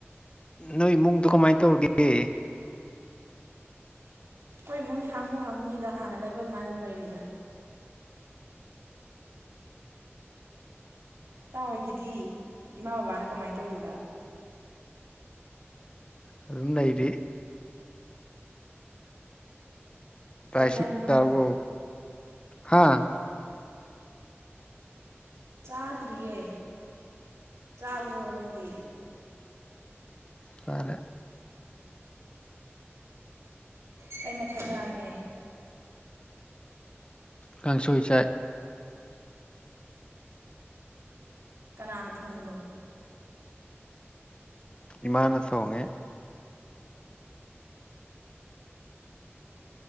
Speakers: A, on the left; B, on the right.
A: ꯅꯣꯏ ꯏꯃꯨꯡꯗꯣ ꯀꯃꯥꯏꯅ ꯇꯧꯔꯤꯒꯦ
B: ꯍꯣꯏ ꯏꯃꯨꯡ ꯍꯥꯃꯨ ꯍꯥꯃꯨꯅꯤꯗ ꯍꯥꯟꯅ ꯂꯩꯕ ꯑꯗꯨꯃꯥꯏꯅ ꯑꯗꯨꯝ ꯂꯩꯔꯤꯗ ꯇꯥꯡꯋꯥꯏꯒꯤꯗꯤ ꯏꯃꯥ ꯕꯕꯥꯅ ꯀꯃꯥꯏꯅ ꯇꯧꯔꯤꯕ
A: ꯑꯗꯨꯝ ꯂꯩꯔꯤ ꯄꯥꯏꯁ
B: ꯀꯔꯤ ꯍꯥꯏꯕꯅꯣ
A: ꯇꯥꯔꯕ꯭ꯔꯣ ꯍꯥꯥ
B: ꯆꯥꯗ꯭ꯔꯤꯌꯦ ꯆꯥꯔꯕꯣ ꯅꯪꯗꯤ
A: ꯆꯥꯔꯦ
B: ꯀꯩ ꯃꯊꯦꯜ ꯆꯥꯔꯒꯦ
A: ꯀꯥꯡꯁꯣꯏ ꯆꯥꯏ
B: ꯀꯅꯥꯅ ꯊꯣꯡꯉꯤꯅꯣ
A: ꯏꯃꯥꯅ ꯊꯣꯡꯉꯦ